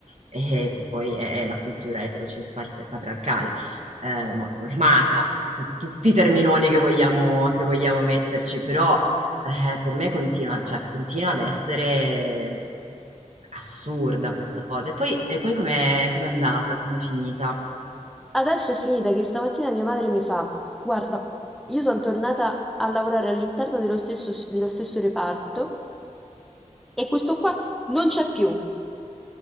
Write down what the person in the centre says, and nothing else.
Adesso è finita che stamattina mia madre mi fa, guarda, io sono tornata a lavorare all'interno dello stesso, dello stesso reparto e questo qua non c'è più.